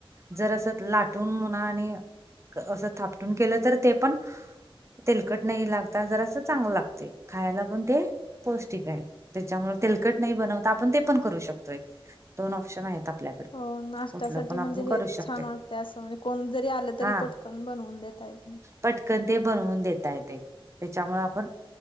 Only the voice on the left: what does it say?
हो नाश्त्यासाठी
म्हणजे
हे
छान वाटतंय असं म्हणजे कोण जरी आलं तरी
पटकन बनवून देता येतेय.